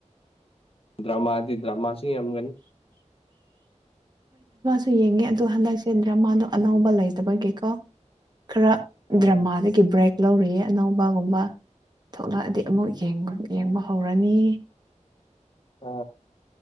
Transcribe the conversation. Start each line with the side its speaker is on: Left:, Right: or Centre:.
Left: ꯗ꯭ꯔꯃꯥꯗꯤ ꯗ꯭ꯔꯃꯥꯁꯤ ꯌꯥꯝꯒꯅꯤ
Right: ꯨ ꯌꯦꯡꯉꯦ ꯑꯗꯣ ꯍꯟꯗꯛꯁꯦ ꯗ꯭ꯔꯃꯥꯗꯣ ꯑꯅꯧꯕ ꯂꯩꯇꯕꯒꯤꯀꯣ ꯈꯔ
Left: ꯑꯥ
Right: ꯗ꯭ꯔꯃꯥꯗꯒꯤ ꯕ꯭ꯔꯦꯛ ꯂꯧꯔꯤ ꯑꯅꯧꯕꯒꯨꯝꯕ ꯊꯣꯛꯂꯛꯑꯗꯤ ꯑꯃꯨꯛ ꯌꯦꯡꯕ ꯍꯧꯔꯅꯤ
Left: ꯑ